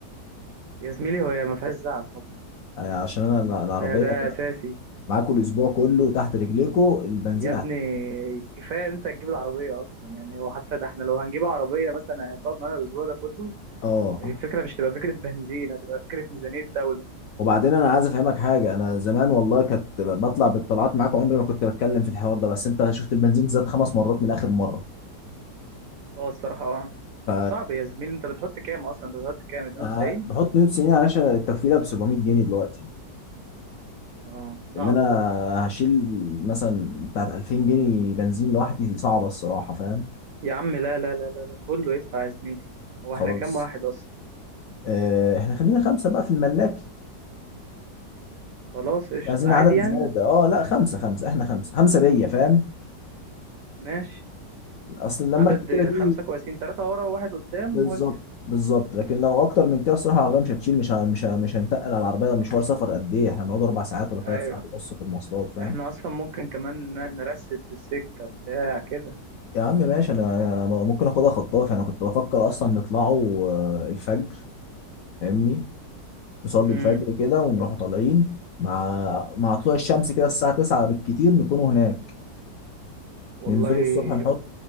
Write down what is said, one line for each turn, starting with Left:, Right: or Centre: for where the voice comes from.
Right: يا زميلي هو ما فيهاش زعل طبعا
Left: يعني عشان انا الع- العربيه
Right: ده ده
Left: هتبقى
Right: اساسي
Left: معاكوا الاسبوع كله تحت رجليكوا البنزين
Right: يا ابني
Left: عالي
Right: كفايه انت تجيب العربيه اصلا يعني وحتى ده احنا لو هنجيب عربيه مثلا هتقعد معانا الاسبوع ده كله
Left: اه
Right: الفكره مش تبقى فكره بنزين هتبقى فكره ميزانيه دوله
Left: وبعدين انا عايز افهمك حاجه انا زمان والله كنت ب- بطلع بالطلعات معاك عمري ما كنت بتكلم في الحوار ده بس انت شفت البنزين زاد خمس مرات من اخر مره
Right: اه الصراحه اه
Left: ف
Right: صعب يا زميلي انت بتحط كام اصلا انت بتحط كام 92
Left: آه، بحط 190 يا باشا التفويله ب 700 جنيه دلوقتي
Right: اه صعبه
Left: ان انا
Right: برضه
Left: هشيل مثلا بتاعت 2000 جنيه بنزين لوحدي صعبه الصراحه فاهم
Right: يا عم لا لا لا لا لا كله يدفع يا زميلي هو
Left: خلاص
Right: احنا كام واحد اصلا
Left: آه، احنا خلينا خمسه بقى في الملاكي
Right: خلاص قشطه
Left: مش عايزين
Right: عادي
Left: عدد
Right: يعني
Left: زياده اه لا خمسه خمسه احنا خمسه خمسه بيا فاهم
Right: ماشي
Left: اصل اللمه
Right: عدد
Left: الكبيره دي
Right: خمسة كويسين تلاتة ورا وواحد قدام
Left: بالظبط
Right: وانت
Left: بالظبط لكن لو اكتر من كده الصراحه العربيه مش هتشيل مش ه- مش ه- مش هنتقل على العربيه ده مشوار سفر قد ايه احنا بنقعد اربع ساعات ولا
Right: ايوه
Left: ثلاث ساعات ونص في المواصلات فاهم
Right: احنا اصلا ممكن كمان ن- نرست في السكة بتاع كده
Left: يا عم ماشي انا ممكن اخدها خطاف انا كنت بفكر اصلا نطلعوا آه، الفجر فاهمني نصلي
Right: امم
Left: الفجر كده ونروحوا طالعين مع مع طلوع الشمس كده الساعه 9 بالكتير نكونوا هناك
Right: والله
Left: ننزلوا الصبح نحط